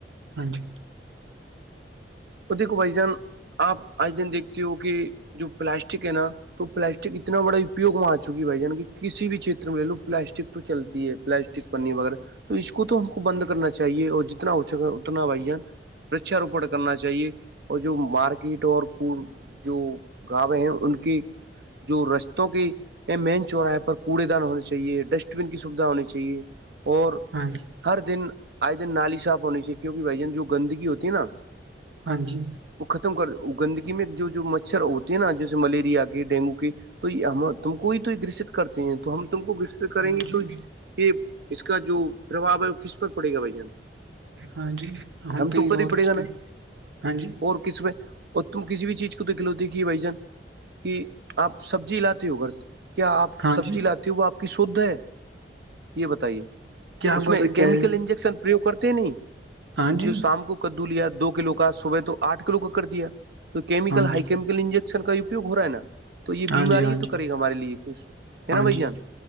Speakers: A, on the right (about 80°); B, on the right (about 60°).
A: ہاں جی
B: اور دیکھو بھائی جان آپ آج دن دیکھتے ہو کہ جو پلاسٹک ہے نا تو پلاسٹک اتنا بڑا اپپیگ م آ چکی بھائی کسی بھی چھیتر میں لے لو پلاسٹک تو چلتی ہے پلاسٹک پنی وغیرہ تو اس کو تو ہم کو بند کرنا چاہیے اور جتنا ہوچک اتنا بھائی جان وچاروپن کرنا چاہیے اور جو مارکیٹ اور کو جو گاویں ہیں ان کے جو رشتوں کی یہ مین چوراہے پر کوڑے دان ہونے چاہیے ڈسٹ بین کی سویدھا ہونی چاہیے اور
A: ہاں جی
B: ہر دن آئے دن نالی صاف ہونی چاہیے کیونکہ بھائی جان جو گندگی ہوتی ہے نا
A: ہاں جی
B: وہ ختم کر گندگی میں جو مچھر ہوتے ہیں نا جیسے ملیریا کے ڈینگو کے تو ہم تم کو تو گرست کرتے ہیں تو ہم تم کو کریں
A: ہاں
B: گے
A: جی
B: تو
A: ہاں جی
B: یہ اس کا جو پرباو ہے کس پر پڑے گا بھائی جان
A: ہاں جی
B: ہم
A: پہ
B: تم پر ہی
A: اور
B: پڑے
A: کس
B: گا نا
A: پہ ہاں جی
B: اور کس میں اور تم کسی بھی چیز کو تو گلوتی کی ہے بھائی جان کہ آپ سبزی لاتی ہو گھر کیا آپ
A: ہاں
B: سبزی
A: جی
B: لاتی ہو وہ آپ کی شھ ہے یہ بتائیے
A: کیا
B: اس
A: پتا
B: میں کیمیکل
A: کیا ہے
B: انجیکشن پریوگ کرتے نہیں
A: ہاں جی
B: جو شام کو کدو لیا دو کلو کو صبح تو آھ کلو کا کر دیا تو کیمکل
A: ہاں
B: ہائی
A: جی
B: کیمکل انجیکشن کا اپگ ہو رہا ہے نا تو یہ
A: ہاں
B: بیماری
A: جی ہاں
B: ہی
A: جی
B: تو کرے گا ہمارے لیے کچھ ہے
A: ہاں
B: نا بھائی
A: جی
B: جان